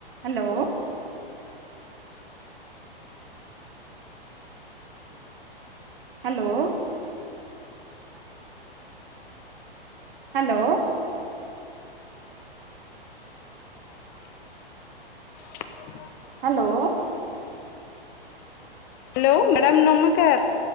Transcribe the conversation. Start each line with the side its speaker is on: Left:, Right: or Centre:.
Right: Hello. Hello. Hello.
Left: <inaudible> <inaudible>
Right: Hello.
Left: Hello madam ନମସ୍କାର।